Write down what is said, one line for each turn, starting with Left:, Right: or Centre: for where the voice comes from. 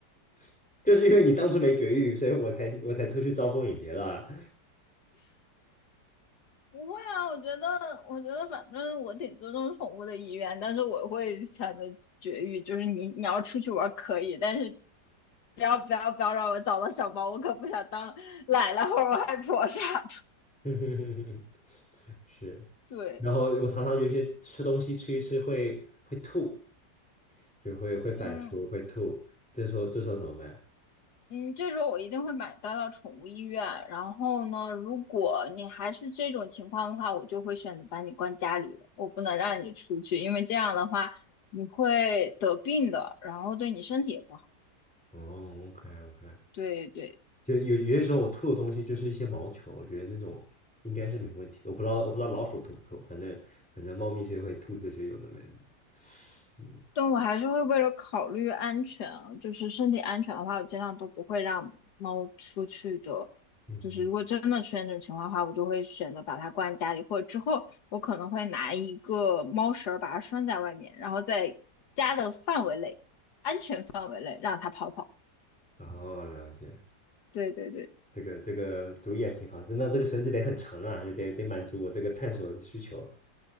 Centre: <laughs> 就是因为你当初没绝育，所以我才我才出去招蜂引蝶了啊。
Left: 不会啊，我觉得，我觉得反正我挺尊重宠物的意愿，但是我会想着绝育，就是你你要出去玩儿可以，但是不要不要不要让我找到小猫，我可不想当奶奶或者外婆啥的。
Centre: <laughs> 是，
Left: 对，
Centre: 然后我常常有一些吃东西吃一吃会会吐，就会会反刍会吐，
Left: 嗯
Centre: 这时候这时候怎么办？
Left: 嗯，这时候我一定会买单到宠物医院。然后呢，如果你还是这种情况的话，我就会选择把你关家里了，我不能让你出去，因为这样的话你会得病的，然后对你身体也不好。
Centre: 哦，OK OK，
Left: 对对。
Centre: 就有有些时候我吐的东西就是一些毛球，我觉得那种应该是没问题的。我不知道我不知道老鼠吐不吐，反正反正猫咪是会吐这些有的没的。嗯
Left: 但我还是会为了考虑安全啊就是身体安全的话，我尽量都不会让猫出去的。
Centre: 嗯哼，
Left: 就是如果真的出现这种情况的话，我就会选择把它关在家里，或者之后我可能会拿一个猫绳儿把它拴在外面，然后在家的范围内、安全范围内让它跑跑。
Centre: 哦，了解，
Left: 对对对。
Centre: 这个这个主意也挺好，真的这个绳子得很长啊，就得得满足我这个探索的需求。